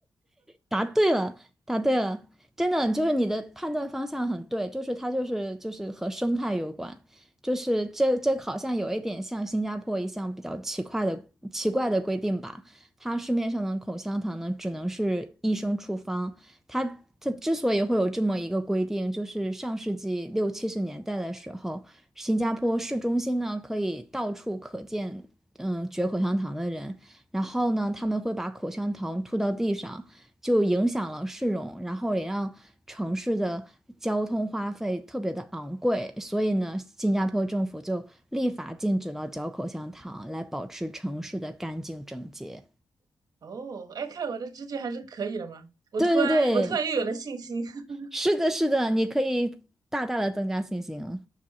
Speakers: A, in the centre; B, on the right.
A: 答对了，答对了，真的就是你的判断方向很对，就是它就是就是和生态有关，就是这这好像有一点像新加坡一项比较奇怪的奇怪的规定吧，它市面上的口香糖呢只能是医生处方，它它之所以会有这么一个规定，就是上世纪六七十年代的时候，新加坡市中心呢可以到处可见嗯嚼口香糖的人。然后呢，他们会把口香糖吐到地上，就影响了市容，然后也让城市的交通花费特别的昂贵。所以呢，新加坡政府就立法禁止了嚼口香糖，来保持城市的干净整洁。
B: <laughs> 哦，哎，看来我的直觉还是可以的嘛。我突然我突然又有了信心。
A: 对对对，
B: <laughs>
A: 是的，是的，你可以大大的增加信心了。